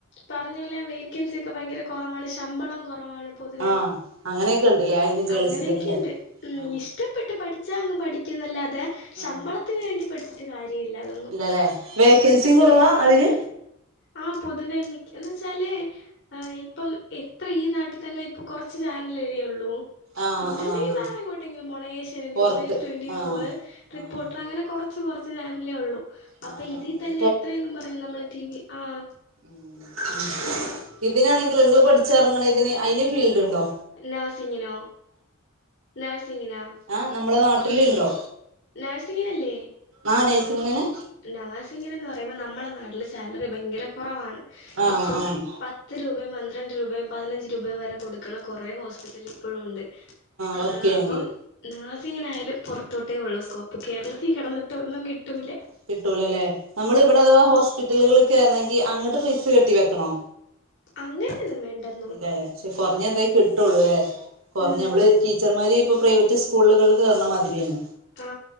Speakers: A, on the left; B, on the right.
A: പറഞ്ഞ പോലെ വേക്കൻസിക്കെ ഭയങ്കര കൊറവാണ് ശമ്പളം കൊറവാണ്. പൊതുവേ
B: ആഹ് അങ്ങനെയൊക്കെ ഉണ്ടല്ലേ അതിന് ജേർണലിസത്തിന്ല്ലേ
A: അങ്ങനെക്കെണ്ട് ഉം
B: ആഹ്
A: ഇഷ്ടപ്പെട്ട് പഠിച്ചാ അങ്ങ് പഠിക്കാന്നല്ലാതെ ശമ്പളത്തിന്
B: ആഹ്
A: വേണ്ടി പഠിച്ചിട്ട് കാര്യ ഇല്ല അതൊന്നും
B: ഇല്ലല്ലേ വേക്കൻസി
A: ഉം
B: കുറവാ
A: ഉം
B: അതിന്
A: ആഹ് പൊതുവെ മിക്ക് എന്ന് വെച്ചാല് ആഹ് ഇപ്പം എത്ര ഈ നാട്ടിത്തെന്നെ ഇപ്പൊ കൊറച്ച് ചാനലല്ലേ ഒള്ളൂ
B: ആഹ്
A: പിന്നെ ഇണ്ടെങ്കി
B: ആഹ്
A: വേറെങ്ങോട്ടെങ്കിലും പോണം ഏശ്യനെറ്റ് ന്യൂസ്
B: പൊറത്ത്
A: ട്വന്റി
B: ആഹ്
A: ഫോർ റിപ്പോർട്ടർ
B: ആഹ്
A: അങ്ങനെ കൊറ ച്ച് കൊറച്ച് ചാനലേ ഒള്ളു അപ്പൊ
B: ആഹ്
A: ഇതീ
B: ആഹ് അത്
A: തന്നെ എത്രേയെന്നും പറഞ്ഞ് നമ്മള് ടിവി ആഹ്
B: ഉം ഇതിനാണെങ്കിലോ ഇങ്ങള് പഠിച്ചറ്ങ്ങ്ണേതിന് അയിന് ഫീൽഡ്ണ്ടോ
A: നെഴ്സിങ്ങനോ നെഴ്സിങ്ങനാ
B: ആഹ് നമ്മളെ നാട്ട്ല്ണ്ടോ
A: നെഴ്സിങ്ങിനല്ലേ
B: ആഹ് നഴ്സിങ്ങിനെന്നേ
A: നെഴ്സിങ്ങിനെന്ന് പറയുമ്പോ നമ്മളെ നാട്ടില് സാലറി ഭയങ്കര കൊറവാണ്
B: ആഹ്
A: ഇപ്പം
B: ആഹ്
A: പ പത്ത് രൂപയും മന്ത്രണ്ട് രൂപയും പതിനഞ്ച് രൂപയും വരെ കൊടുക്കണം കൊറേ ഹോസ്പിറ്റലിൽ. ഇപ്പളും ഇണ്ട് ആഹ്
B: വർക്ക് ചെയ്യണെങ്കില്
A: അപ്പം നേഴ്സിങ്ങന് ആയാലും പൊറത്തോട്ടേ ഒള്ളൂ സ്കോപ്പ് കേരളത്തി കിടന്നിട്ടൊന്നും കിട്ടൂല്ല
B: കിട്ടൂലലെ. നമ്മള് ഇവടെ അഥവാ ഹോസ്പിറ്റലുകളിള് കേറണങ്കി അങ്ങട്ട് പൈസ കെട്ടി വെക്കണോ
A: അങ്ങനെയൊന്നും വേണ്ടത്
B: ഇല്ലല്ലേ <unintelligible> കൊറഞ്ഞ ന്തെ കിട്ടൊള്ളൂലേ. കൊറ്ഞ്ഞ
A: ഉം
B: നമ്മള് ടീച്ചർമാര് ഇപ്പൊ പ്രൈവറ്റ് സ്കൂ- സ്കൂളുകളിൽ കേറ്ണ മാതിരിയാണ്.
A: ആ